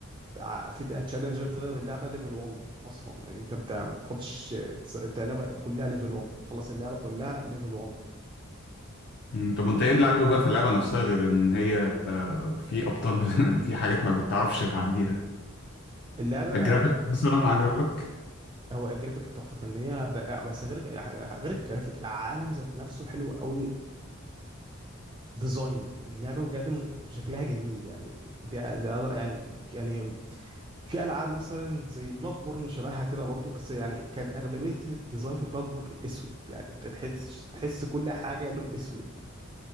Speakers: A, on the right; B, on the left.
A: بتاع- في تشالنج بتغلب اللعبه ليفل 1 اصلا يعني انت بتاع ما بتحطش بتس- بتاع اللعبه كلها ليفل 1 تخلص اللعبه كلها ليفل 1
B: أمم، طب وانت ايه اللي عاجبك بقى في اللعبه نفسها غير ان هي آه، في ابطال <laughs> في حاجات ما بتعرفش تعديها
A: اللعبه
B: الجرافيك مثلا عجبك
A: هو الجرافيك تحفه فنيه ب- بس غير غير الجرافيك العالم ذات نفسه حلو قوي كديزاين اللعبه بجد م- شكلها جميل يعني ده ده يعني يعني في العاب مثلا زي بلاد بورن شبهها كده برضو بس يعني كان اغلبيه الديزاين في بلاد بورن اسود يعني انت تحس تحس كل حاجه لون اسود